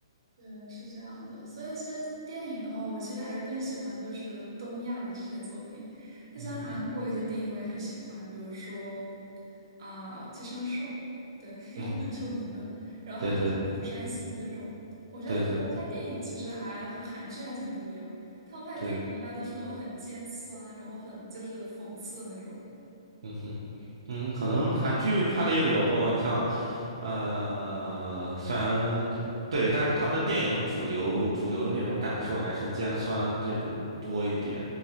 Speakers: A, on the right; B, on the right.
A: 对，是这样的，所以其实电影的话，我其实还是更喜欢就是东亚的这些作品，就像韩国有些电影我也很喜欢，
B: 嗯哼，
A: 比如说啊、寄生兽》，对，<laughs>
B: 嗯，
A: 一部很出名的，然后还有像釜山行》这种，
B: 对对对
A: 我觉得韩国拍电影其实还和韩剧还挺不一样，
B: 对对
A: 他们拍电影一般都是那种很尖酸，
B: 对，
A: 然后很就是讽刺的那种
B: 嗯哼，嗯，可能韩剧拍的也比较多吧。你像呃，虽然对，但是他们的电影主流主流的那种感受还是尖酸这种多一点